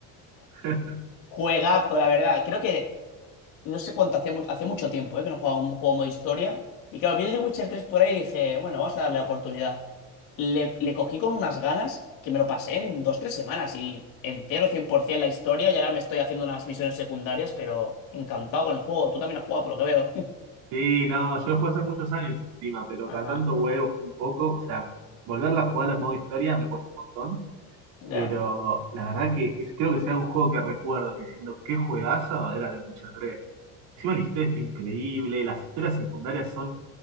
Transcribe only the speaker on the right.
<laughs>
Sí, no, yo lo jugué hace muchos años encima, pero
cada tanto huevos un poco, o sea, volverla a jugar en modo historia me cuesta un montón, pero
la verdad que es- creo que sea un juego que recuerdo diciendo qué juegazo era de Witcher tres. Encima la historia está increíble, las historias secundarias son